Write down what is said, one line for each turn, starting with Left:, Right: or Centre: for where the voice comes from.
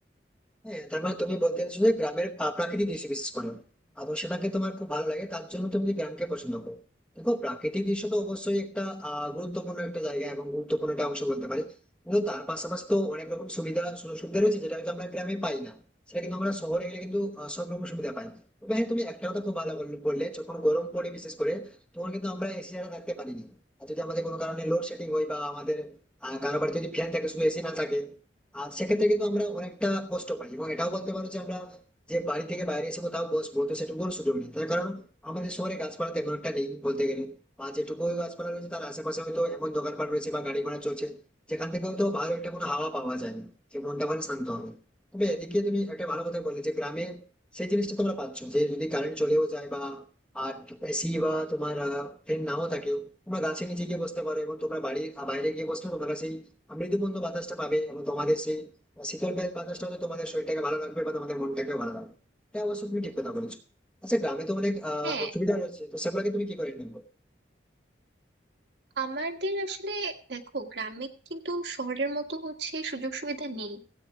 Centre: হ্যাঁ তার মানে তুমি বলতে চাইছো যে গ্রামের পা- প্রাকৃতিক দৃশ্য বিশেষ করে এবং সেটাকে তোমার খুব ভালো লাগে তার জন্য তুমি গ্রামকে পছন্দ করো দেখো প্রাকৃতিক দৃশ্য তো অবশ্যই একটা আহ গুরুত্বপূর্ণ একটা জায়গা এবং গুরুত্বপূর্ণ একটা অংশ বলতে পারি কিন্তু তার পাশাপাশি তো অনেক রকম সুবিধা সুযোগ সুবিধা রয়েছে যেটা হয়তো আমরা গ্রামে পাই না সেটা কিন্তু আমরা শহরে গেলে কিন্তু আহ, সব রকম সুবিধা পাই তবে হ্যাঁ তুমি একটা কথা খুব ভালো বল- বললে যখন গরম পড়ে বিশেষ করে তখন কিন্তু আমরা এসি ছাড়া থাকতে পারি না আর যদি আমাদের কোনো কারণে লোড শেডিং হয় বা আমাদের আহ কারো বাড়িতে যদি ফ্যান থাকে শুধু এসি না থাকে আর সেক্ষেত্রে কিন্তু আমরা অনেকটা কষ্ট পাই এবং এটাও বলতে পারো যে আমরা যে বাড়ি থেকে বাইরে এসে কোথাও বসবো তো সেটুকুর সুযোগ নেই তার কারণ আমাদের শহরে গাছপালা তেমন একটা নেই বলতে গেলে বা যেটুকু গাছপালা রয়েছে তার আশেপাশে হয়তো এমন দোকানপাট রয়েছে বা গাড়ি ঘোড়া চলছে যেখান থেকে হয়তো ভালো একটা কোনো হাওয়া পাওয়া যায় না যে মনটা মানে শান্ত হবে তবে এদিকে তুমি একটা ভালো কথা বললে যে গ্রামে সেই জিনিসটা তোমরা পাচ্ছ যে যদি কারেন্ট চলেও যায় বা আর এসি বা তোমার ফ্যান নাও থাকে তোমরা গাছের নিচে গিয়ে বসতে পারো এবং তোমরা বাড়ির বাইরে গিয়ে বসলে তোমরা সেই মৃদুমন্দ বাতাসটা পাবে এবং তোমাদের সেই শীতল বা- বাতাসটা হয়তো তোমাদের শরীরটাকে ভালো রাখবে বা তোমাদের মনটাকে ভালো রাখবে এটা অবশ্য তুমি ঠিক কথা বলেছো আচ্ছা গ্রামে তো অনেক আহ
Right: হ্যাঁ
Centre: অসুবিধা রয়েছে তো সেগুলোকে তুমি কি করে নেবো
Right: আমাদের আসলে দেখো গ্রামে কিন্তু শহরের মতো হচ্ছে সুযোগ সুবিধা নেই